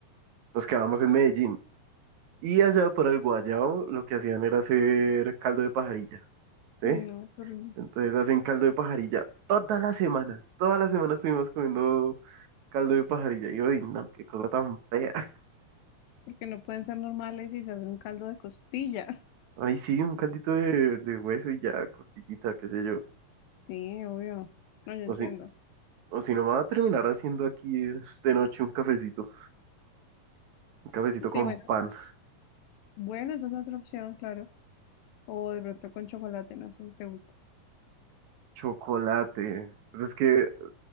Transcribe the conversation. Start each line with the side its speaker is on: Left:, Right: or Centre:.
Right: nos quedamos en Medellín. Y allá para el guayao lo que hacían era hacer caldo de pajarilla, ¿sí?
Left: Uy, no, qué horrible.
Right: Entonces hacen caldo de pajarilla toda la semana. Toda la semana estuvimos comiendo caldo de pajarilla. Y hoy, no, qué cosa tan fea. <laughs>
Left: Porque no pueden ser normales y se hacen un caldo de costillas
Right: Ay, sí, un caldito de, de hueso y ya, costillita, qué sé yo.
Left: <laughs> Sí, obvio. No, yo entiendo.
Right: O si, o si no me va a terminar haciendo aquí eh, de noche un cafecito. Un cafecito
Left: Sí,
Right: con
Left: bueno.
Right: pan,
Left: Bueno, esa es otra opción, claro. O de pronto con chocolate, no sé si te gusta.
Right: chocolate. Pues es que